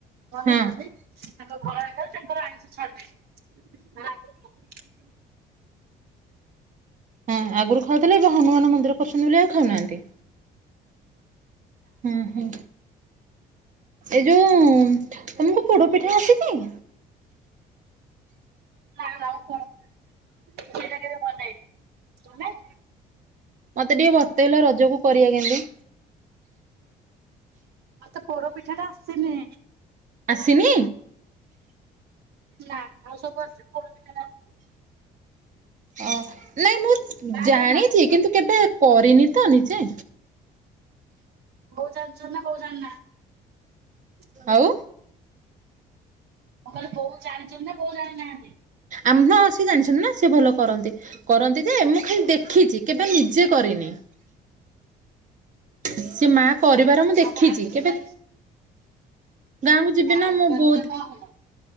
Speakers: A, on the right; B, on the right.
A: କରିଛନ୍ତି।
B: ହଁ
A: ତାଙ୍କ ଗଳା <unintelligible> ତାଙ୍କର ଆଇଁଷ ଛାଡି ଦେଇଛନ୍ତି।
B: ହଁ ଆଗରୁ ଖାଉଥିଲେ ଏବେ ହନୁମାନ ମନ୍ଦିର ପସୁନି ବୋଲି ଆଉ ଖାଉନାହାନ୍ତି। ହୁଁ ହୁଁ ଏ ଯୋଉ ଉଁ- ତୁମକୁ ପୋଡ ପିଠା ଆସିଛି?
A: ନା ଆଉ କଣ ମୁଁ ଦୁଇ ଜାଗା ରେ ବନେଇଛି ତୁମେ?
B: ମତେ ଟିକେ ବତେଇଲ ରଜକୁ କରିବା କେମିତି?
A: ମତେ ପୋଡ଼ ପିଠା ଟା ଆସିନି।
B: ଆସିନି?
A: ନା ଆଉ ସବୁ ଆସିଛି ପୋଡ଼ ପିଠା ଟା ଆସିନି।
B: ଓ। ନାଇଁ ମୁଁ
A: ମା
B: ଜାଣିଛି
A: ଜାଣିନାହାନ୍ତି କି?
B: କିନ୍ତୁ କେବେ କରିନି ତ ନିଜେ।
A: ହଉ <unintelligible> କହୁ <unintelligible>
B: ଆଉ
A: ମୁଁ କହିଲି ବଉ ଜାଣିଛନ୍ତି ନା ବଉ ଜାଣିନାହାନ୍ତି?
B: ଆମ୍ହ ସେ ଜାଣିଛନ୍ତି ନା ସେ ଭଲ କରନ୍ତି। କରନ୍ତି ଯେ ମୁଁ ଖାଲି ଦେଖିଛି କେବେ ନିଜେ କରିନି। ହ ସେ ମା କରିବାର
A: ଆଉ
B: ମୁଁ ଦେଖିଛି
A: ମା କିଛି
B: କେବେ
A: ଜାଣିଛି
B: ଗାଁକୁ
A: ମା
B: ଯିବି ନା
A: କୁ
B: ମୁଁ
A: ପଚାରିଲେ
B: ବୋଧ
A: କଣ ହେଲା?